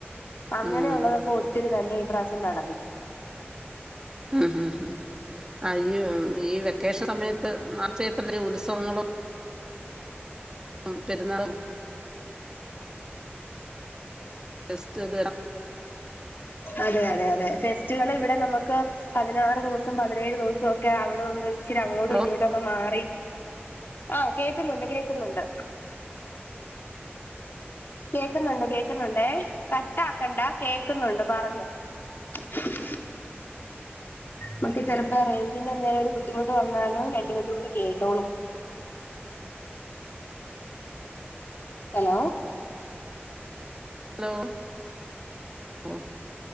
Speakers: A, on the left (about 55°); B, on the right (about 15°).
A: അങ്ങനെയുള്ളതൊക്കെ
B: ഉം
A: ഒത്തിരി തന്നെ ഈ പ്രാവസ്യം നടന്നു
B: ഉം ഹം ആഹ് ഈ ഈ വെക്കേഷൻ സമയത്ത് മാച്ചേപ്പല്ല ഉത്സവങ്ങളും ഉം പെരുന്നാളും ടെസ്റ്റ്ത്
A: അതെ അതെ അതെ ഫെസ്റ്റിവൽ ഇവിടെ നമുക്ക് പതിനാറ് ദിവസം പതിനേഴ് ദിവസം ഒക്കെ അവിടെ ഇവിടെ ഇച്ചിരി അങ്ങോട്ടും
B: ഹലോ
A: ഇഞ്ഞോട്ടുംക്കെ മാറി ആഹ് കേൾക്കുന്നുണ്ട് കേൾക്കുന്നുണ്ട്. കേൾക്കുന്നുണ്ട് കേക്കുന്നുണ്ട് കട്ടാക്കണ്ട കേക്കുന്നുണ്ട് പറഞ്ഞു <unintelligible> മേ ചിലപ്പോ റേഞ്ചിന്റെ എന്തേലും ഒരു ബുദ്ധിമുട്ട് വന്നാലും രണ്ട മിനിറ്റ്ണ്ട് കേട്ടോളൂ ഹലോ
B: ഹലോ ഓ